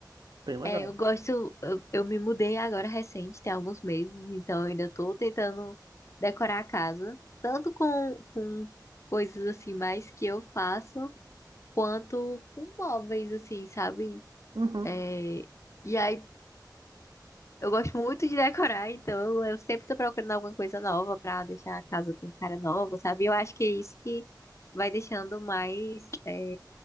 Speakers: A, on the right (about 70°); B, on the left (about 40°).
A: Bem legal.
B: É, eu gosto. Eu, eu me mudei agora recente, tem alguns meses, então eu ainda tô tentando decorar a casa, tanto com, com coisas assim mais que eu faço, quanto com móveis, assim, sabe?
A: Uhum.
B: É, e aí eu gosto muito de decorar, então eu sempre tô procurando alguma coisa nova pra deixar a casa com cara nova, sabe? Eu acho que é isso que vai deixando mais, é,